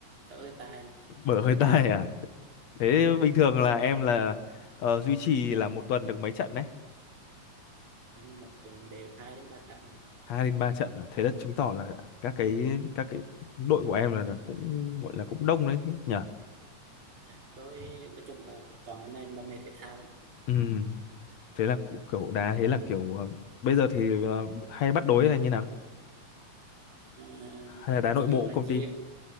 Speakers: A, on the right; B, on the left.
A: thở hơi tai nè
B: bở hơi <laughs> tai à? Thế bình thường là em là ờ, duy trì là một tuần được mấy trận đấy?
A: em một tuần đều hai đến ba trận
B: Hai đến ba trận à? Thế là chứng tỏ là các cái các cái đội của em là, là cũng gọi là cũng đông đấy nhỉ?
A: Chà, đối nói chung là toàn anh em đam mê thể thao nè.
B: Ừ, thế là cũng kiểu đá thế là kiểu ờ, bây giờ thì ờ, hay bắt đối là như nào?
A: Ờ,
B: Hay là đá nội
A: chủ yếu
B: bộ
A: là
B: công
A: chia
B: ty?